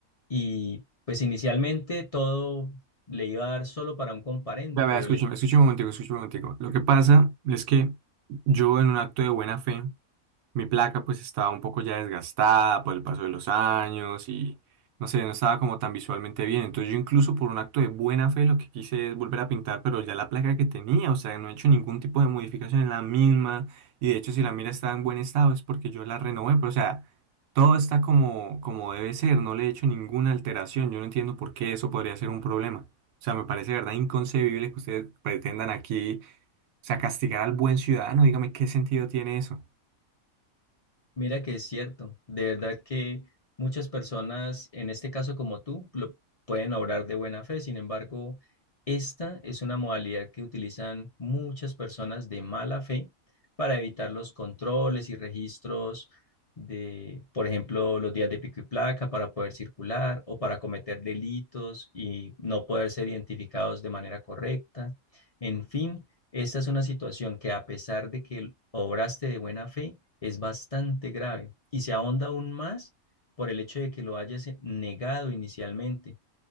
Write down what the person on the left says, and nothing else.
y pues inicialmente todo le iba a dar solo para un comparendo,
pero
el
Mira que es cierto, de verdad que muchas personas, en este caso como tú, lo pueden obrar de buena fe, sin embargo, esta es una modalidad que utilizan muchas personas de mala fe para evitar los controles y registros de, por ejemplo, los días de pico y placa para poder circular o para cometer delitos y no poder ser identificados de manera correcta. En fin. Esta es una situación que a pesar de que obraste de buena fe, es bastante grave y se ahonda aún más por el hecho de que lo hayas negado inicialmente.